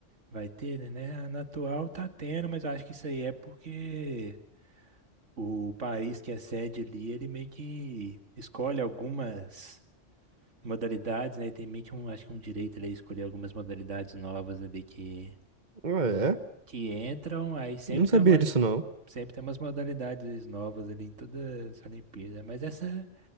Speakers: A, on the right (about 80°); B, on the right (about 40°).
A: vai ter, né? Na atual tá tendo, mas eu acho que isso aí é porque. O país que é sede ali, ele meio que escolhe algumas modalidades, né? Tem meio que um, acho que um direito ali a escolher algumas modalidades novas ali que,
B: Ah, é?
A: que entram, aí sempre
B: Não sabia
A: tem umas,
B: disso, não.
A: sempre tem umas modalidades novas ali em todas as Olimpíadas. Mas essa